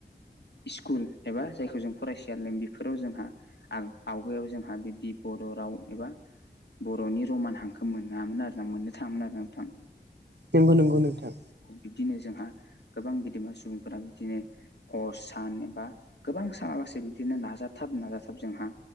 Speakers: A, on the left; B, on the right.
A: स्कुल एबा जायखौ जों फरायसा लों बेफोराव जोंहा। आव आवगायाव जोंहा बिब्दि बर' राव एबा। बर'नि रमान हांखो मोनामोन आरो ना मोननो थाङामोन आरोा नोंथां।
B: नंगौ नंगौ नोंथां।
A: बिब्दिनो जोंहा गोबां गेदेमा सुबुंफोरा बिदिनो। हर सान एबा गोबां सानालासे बिदिनो नाजाथाब नाजाथाब जोंहा